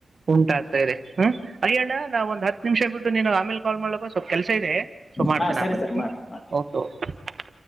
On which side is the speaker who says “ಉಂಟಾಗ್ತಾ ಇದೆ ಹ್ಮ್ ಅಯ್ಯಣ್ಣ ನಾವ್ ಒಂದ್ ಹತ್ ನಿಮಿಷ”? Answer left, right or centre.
Right